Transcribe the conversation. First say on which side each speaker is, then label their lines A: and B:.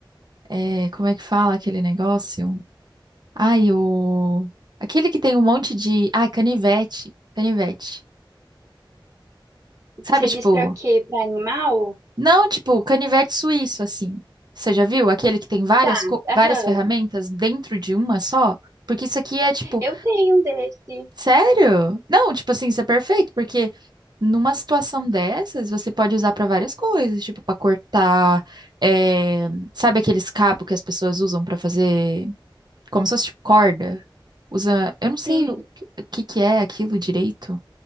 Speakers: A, on the right (about 55°); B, on the right (about 40°).
A: é, como é que fala aquele negócio? Ai, o. Aquele que tem um monte de. Ai, canivete. Canivete. Sabe,
B: Você
A: tipo.
B: diz pra quê? Pra animal?
A: Não, tipo, canivete suíço, assim. Você já viu? Aquele que tem várias,
B: Tá,
A: co-
B: aham.
A: várias ferramentas dentro de uma só? Porque isso aqui é, tipo.
B: Eu tenho um desse.
A: Sério? Não, tipo assim, isso é perfeito, porque numa situação dessas, você pode usar pra várias coisas, tipo, pra cortar. é, Sabe aqueles cabos que as pessoas usam pra fazer. Como se fosse, tipo, corda? Usa. Eu não sei
B: Sim,
A: o que o que que é aquilo direito.